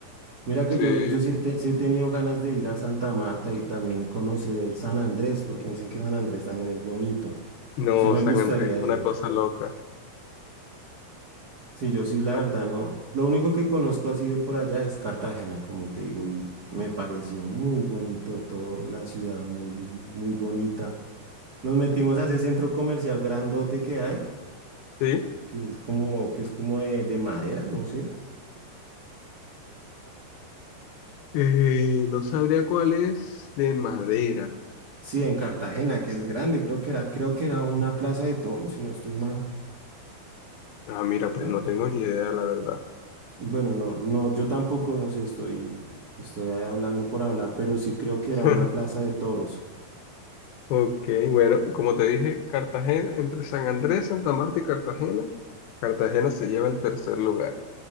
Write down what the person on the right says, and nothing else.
mira que
yo, yo sí, te- sí he tenido ganas de ir a Santa Marta y también conocer San Andrés, porque me dicen que San Andrés también es bonito.
Sí me
gustaría
ir.
Sí, yo sí, la
verdad, no. Lo único que conozco así de por allá es Cartagena, como te digo, y me pareció muy bonito todo, la ciudad muy, muy bonita Nos metimos a ese centro comercial grandote que hay,
que es como, que es como de, de madera, no sé.
Eh, Sí, en Cartagena, que es grande, creo que era, creo que era una plaza de toros, si no estoy mal.
No,
no.
Bueno, no, no, yo tampoco, no sé, estoy, estoy ahí hablando por hablar, pero sí creo que
era una plaza de toros.